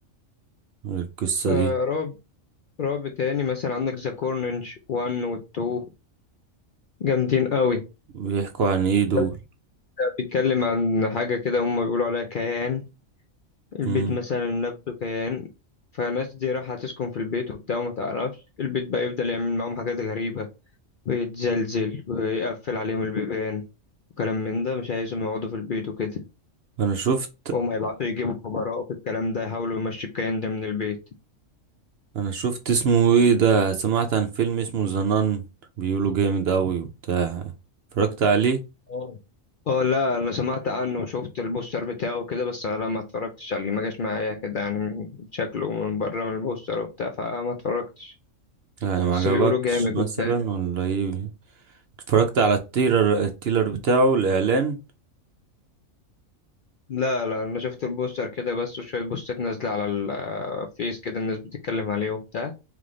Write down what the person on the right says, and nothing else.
غير القصة
دي
بيحكوا عن ايه دول
مم.
انا شفت
انا شفت اسمه ايه ده سمعت عن فيلم اسمه زنان بيقولوا جامد اوي وبتاع اتفرجت عليه
يعني ما
عجبكش
مثلا
ولا ايه اتفرجت على التيلر التيلر بتاعه الاعلان